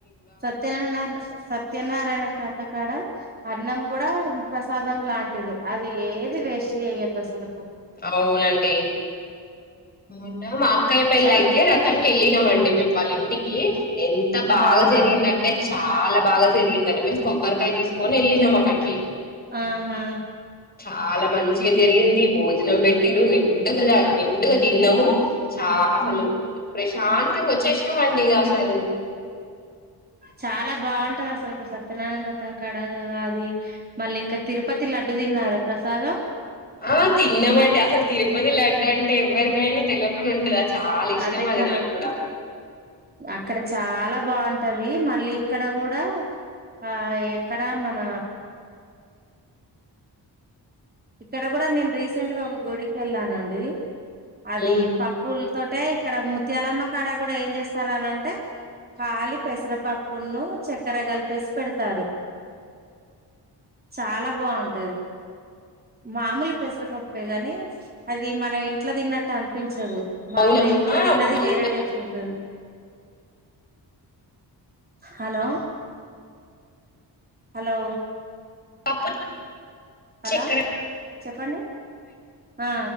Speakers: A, on the right (about 20°); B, on the left (about 20°).
A: సత్యనారాయ సత్యనారాయణ కథకాడ అన్నం కూడా ప్రసాదం లాంటిది అది ఏది వేస్ట్ చేయ్యద్దు అసలకు
B: అవునండి మొన్న మా అక్కయ్య పెళ్లి
A: చాలా
B: అయితే వ్రతానికి వెళ్ళినమండి మేము వాళ్ళింటికి కీ ఎంత బాగా
A: అవునా
B: జరిగిందంటే చాలా బాగా జరిగిందండి మీన్స్ కొబ్బరికాయ తీసుకొని వెళ్ళినం అక్కడికి
A: ఆహా
B: చాలా మంచిగ జరిగింది భోజనం పెట్టిరు నిండుగా నిండుగా తిన్నము చా అసలు
A: ఉమ్
B: ప్రశాంత్ తంగా వచ్చేసినామండి ఇక అసలు
A: చాలా బాగుంటది అసలు సత్యనారాయణ వ్రతం కాడ అది మళ్ళీ ఇంకా తిరుపతి లడ్డు తిన్నారా ప్రసాదం
B: ఆ తిన్నమండి అసలు తిరుపతి లడ్డు అంటే ఎవరికైనా తెలియకుండా ఉంటదా చాలా ఇష్టం
A: అదే
B: అది
A: కదా
B: నాకు కూడా
A: అక్కడ చాలా బాగుంటది మళ్ళీ ఇక్కడ కూడా ఆ ఎక్కడ మన ఇక్కడ కూడా నేను రీసెంట్ గా ఒక గుడికెళ్ళానండి అది
B: ఉమ్
A: పప్పుల్ తోటే ఇక్కడ ముత్యాలమ్మ కాడ కూడా ఏం చేస్తారు అనంటే కాలి పెసరపప్పును చక్కెర కలిపేసి పెడతారు చాలా బాగుంటది మామూలు పెసరపప్పే గాని అది మన ఇంట్లో తిన్నట్టు అనిపించదు మామర
B: అవును
A: ఇంట్లో
B: ఆ
A: తిన్నది
B: మాకు
A: వేరే టైస్ ఉంటు హలో హలో
B: పప్పు
A: హలో
B: చక్కెర
A: చెప్పండి ఆ